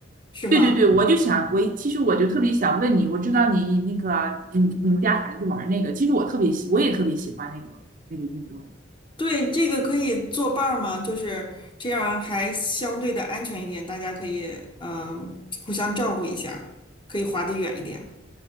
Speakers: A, on the left; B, on the right.
A: 是吗？
B: 对对对，我就想，我其实我就特别想问你，我知道你那个，你你们家孩子玩那个，其实我特别喜，我也特别喜欢那个那个运动。
A: 对，这个可以做伴儿吗？就是这样还相对的安全一点，大家可以嗯、互相照顾一下，可以划得远一点。